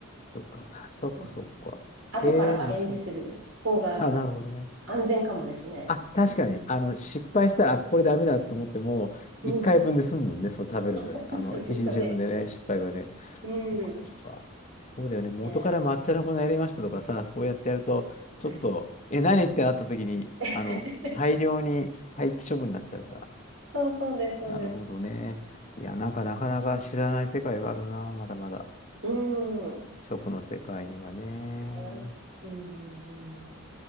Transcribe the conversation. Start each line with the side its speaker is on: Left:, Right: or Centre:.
Left: そっか、さ、そっか、
Right: うん
Left: そっか。
Right: 後からアレンジする方が
Left: ええ、面白い。あ、なるほどね。
Right: 安全かもですね。
Left: あ、確かに、あの、失敗したら、あ、これダメだと思っても、
Right: うん。
Left: 一回分で済むもんね、その食べる、
Right: あそう、
Left: あの、
Right: そうです、
Left: 一日分でね、
Right: そうです。
Left: 失敗がね。
Right: うん。
Left: そっかそっか。そうだよね、元から抹茶の粉入れましたとかさ、
Right: ね、
Left: そうやってやると、ちょっと、
Right: はい。
Left: え、何ってなった時に、
Right: <laughs>
Left: あの、大量に廃棄処分になっちゃうから。
Right: そう、そうです、そうです。
Left: なるほどね。いや、なんかなかなか知らない世界があるな、まだまだ。
Right: うん。
Left: 食の世界にはね。
Right: いやうんうんうん